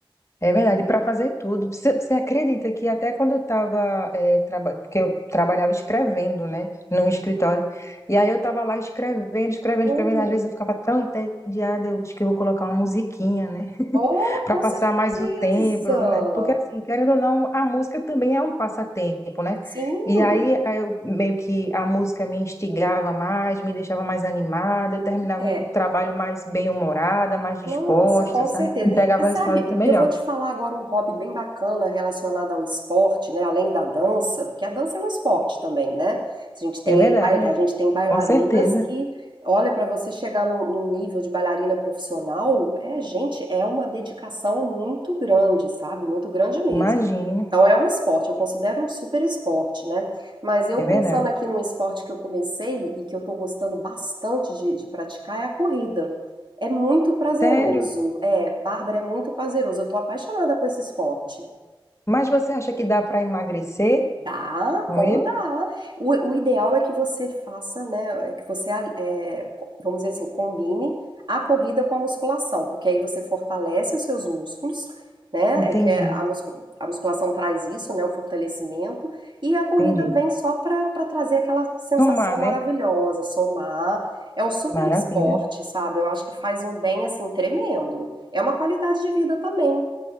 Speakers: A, on the left (about 30°); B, on the right (about 55°).
A: É verdade, para fazer tudo. Você você acredita que até quando eu estava, que eu trabalhava escrevendo, né, num escritório, e aí eu estava lá escrevendo, escrevendo,
B: Olha.
A: escrevendo, às vezes eu ficava tão entediada, eu acho que eu vou colocar uma musiquinha, né,
B: Oh,
A: para
B: com
A: passar
B: certeza!
A: mais o tempo, né? Porque assim, querendo ou não, a música também é um passatempo, né?
B: Sim,
A: E aí aí eu meio que a música me instigava mais, me deixava mais animada, eu terminava
B: é.
A: o trabalho mais bem-humorada, mais disposta,
B: Nossa, com
A: sabe?
B: certeza.
A: Entregava
B: Você sabe,
A: o resultado até melhor.
B: eu vou te falar agora um hobby bem bacana relacionado ao esporte, né? Além da dança, porque a dança é um esporte também, né? A gente tem
A: É verdade,
B: aí, bai- a gente tem bailarinas
A: com certeza.
B: que, olha, para você chegar num, num nível de bailarina profissional, é, gente, é uma dedicação muito grande, sabe? Muito grande mesmo.
A: Imagina,
B: Então é um esporte, eu considero um super esporte, né? Mas eu
A: é
B: pensando
A: verdade.
B: aqui num esporte que eu comecei e que eu tô gostando bastante de de praticar é a corrida. É muito prazeroso.
A: Sério?
B: É, Bárbara, é muito prazeroso. Eu tô apaixonada com esse esporte.
A: Mas você acha que dá para emagrecer
B: Dá,
A: com
B: como
A: ele?
B: dá. O, o ideal é que você faça, né? É que você, al- é, co- vamos dizer assim, combine a corrida com a musculação, porque aí você fortalece os seus músculos, né?
A: Entendi,
B: É que é a, muscu- a musculação traz isso, né? O fortalecimento. E a corrida
A: entendi.
B: vem só para para trazer aquela sensação
A: Tomar, né?
B: maravilhosa, somar. É um super
A: Maravilha.
B: esporte, sabe? Eu acho que faz um bem, assim, tremendo. É uma qualidade de vida também.